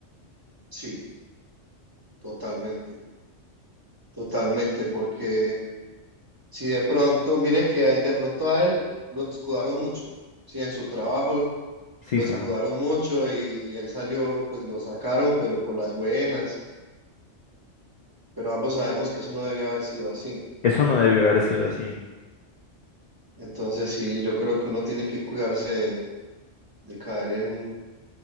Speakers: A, on the right (about 20°); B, on the left (about 70°).
A: Sí, totalmente, totalmente, porque si de pronto, mire que de pronto a él lo escudaron mucho, si en su trabajo
B: sí,
A: lo escudaron mucho y, y él salió, pues lo sacaron, pero por las buenas, pero ambos sabemos que eso no debía haber sido así.
B: Eso no debió haber sido así.
A: Entonces sí, yo creo que uno tiene que cuidarse de, de caer en,